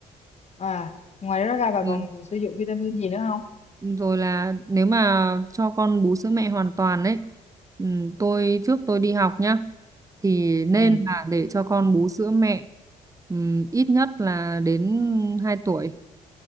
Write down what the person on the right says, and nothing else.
Ừ.
rồi là nếu mà cho con bú sữa mẹ hoàn toàn đấy ừ, tôi trước tôi đi học nhá thì nên
là để cho con bú sữa mẹ ừ, ít nhất là đến 2 tuổi